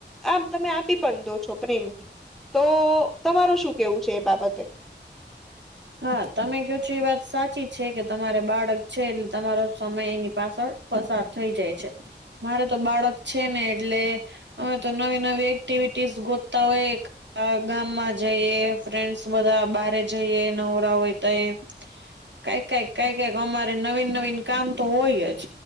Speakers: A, in the centre; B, on the right (about 70°).
A: આમ તમે આપી પણ દો છો પ્રેમથી તો તમારું શું કેવું છે, એ બાબતે
B: હા તમે કહો છો એ વાત સાચી છે, કે તમારે બાળક છે એટલે તમારો સમય એની પાછળ પસાર થઈ જાય છે, મારે તો બાળક છે ને એટલે અમે તો નવી નવી એક્ટિવિટીસ ગોતા હોય. અહ ગામમાં જઈએ, ફ્રેન્ડ્સ બધા બારે જઈએ નવરા હોય તયે. કાંઈક-કાંઈક, કાંઈક-કાંઈક અમારે નવીન-નવીન કામ તો હોય જ.